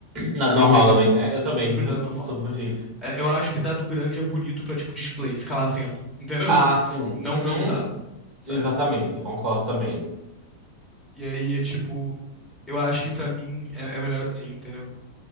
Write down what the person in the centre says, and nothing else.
Eu prefiro dado
normal.
É, eu acho que dado grande é bonito pra, tipo, display, ficar lá vendo, entendeu?
<laughs>
Não
pra usar, sabe?
E aí é, tipo, eu acho que pra mim é, é melhor assim, entendeu?